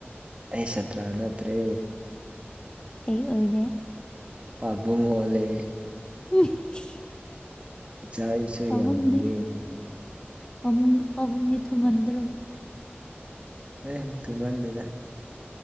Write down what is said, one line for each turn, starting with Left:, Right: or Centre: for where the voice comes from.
Right: ꯑꯩ ꯁꯠꯇ꯭ꯔꯥ ꯅꯠꯇ꯭ꯔꯦ
Left: ꯀꯩ ꯑꯣꯏꯔꯦ
Right: ꯄꯥꯕꯨꯡ ꯑꯣꯜꯂꯦ
Left: <unintelligible>
Right: ꯏꯆꯥ ꯏꯁꯨ
Left: ꯄꯥꯕꯨꯡꯗꯤ
Right: ꯌꯥꯝ ꯂꯩꯌꯦ
Left: ꯄꯥꯕꯨꯡ ꯄꯥꯕꯨꯡꯒꯤ ꯊꯨꯃꯟꯗ꯭ꯔꯣ
Right: ꯑꯦ ꯇꯨꯃꯥꯟꯗꯦꯗ